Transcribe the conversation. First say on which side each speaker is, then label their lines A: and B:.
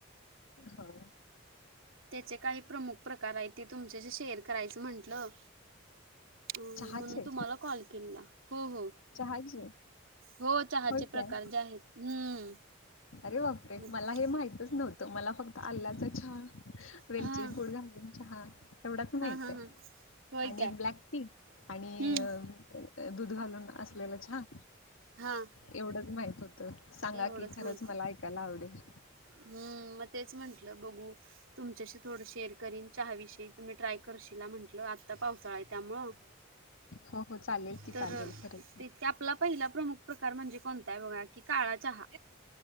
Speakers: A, on the left; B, on the right.
A: होय
B: त्याचे काही प्रमुख प्रकार आहे ते तुमच्याशी शेअर करायचं म्हंटलं. अ
A: चहाचे
B: म्हणून तुम्हाला कॉल केलेला हो हो
A: चहाचे
B: हो चहाचे
A: होय
B: प्रकार
A: काय
B: जे आहेत हम्म.
A: अरे बापरे
B: मग-
A: मला हे माहितच नव्हतं मला फक्त आल्ल्याचा चहा वेलची
B: हा
A: पूड घालून चहा. येवढाच माहित
B: हा हा
A: आहे.
B: हा होय
A: आणि
B: काय
A: एक ब्लॅक टी आणि-
B: हम्म
A: दूध घालून असलेलं चहा.
B: हा.
A: एवढंच माहित होतं. सांगा
B: एवढंच
A: की खरंच-
B: माहिती
A: मला ऐकायला आवडेल.
B: हम्म- मग तेच म्हंटलं बघू, तुमच्याशी थोडं शेअर करीन चहाविषयी, तुम्ही ट्राय करा- काशीला म्हंटलं आत्ता पावसाळा आहे त्यामुळं-
A: हो हो चालेल की
B: तर
A: चालेल खरंच
B: -आपला पहिला प्रमुख- प्रकार म्हणजे कोणता आहे? बघा की काळा चहा-